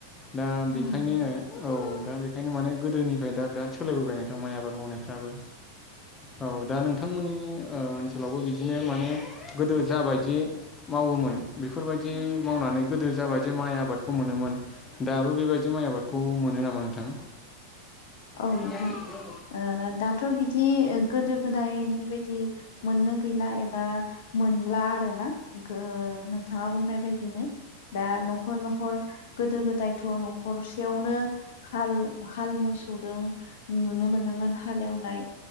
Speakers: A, on the left (about 20°); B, on the left (about 55°).
A: दा बेखायनो
B: औ नोंथां
A: औ दा बे बेंखायनो माने गोदोनिफ्राय दा बिराद सोलायबोबाय नोंथां माइ आबाद मावनायफ्राबो औ दा नोंथांमोननि ओ ओनसोलावबो बिदिनो माने गोदो जाबायदि माव मावोमोन बेफोरबायदि मावनानै गोदो जाबायदि माइ आबादखौ मोनोमोन दाबो बेबायदि माइ आबादखौ खौ मोनो नामा नोंथां।
B: औ
A: गैला
B: नोंथां
A: एबा
B: ओ दाथ' बिदि गोदो गोदायनि बायदि मोननो गैला एबा मोनला आरो ना ओ नोंथाङा बुंनाय बायदिनो दा न'खर न'खर गोदो गोदायथ' न'खरसेयावनो हाल हाल मो ओ नुनो मोनोमोन हालेवनाय